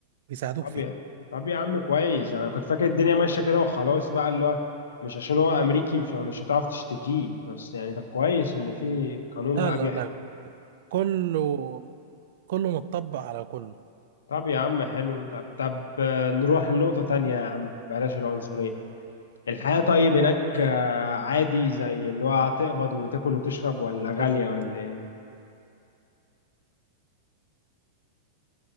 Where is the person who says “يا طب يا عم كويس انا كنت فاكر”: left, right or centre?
Left